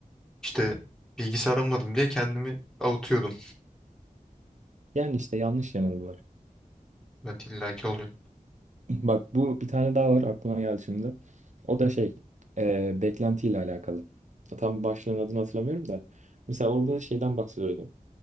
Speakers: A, in the centre; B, on the right (about 55°).
A: işte bilgisayar almadım diye kendimi avutuyordum.
B: Yani işte yanlış yanılgılar. <laughs>
A: Evet illaki oluyor.
B: <clears throat> Bak bu bir tane daha var aklıma geldi şimdi. O da şey e, beklentiyle alakalı. Tam başlığın adını hatırlamıyorum da. Mesela orada da şeyden bahsediyordu.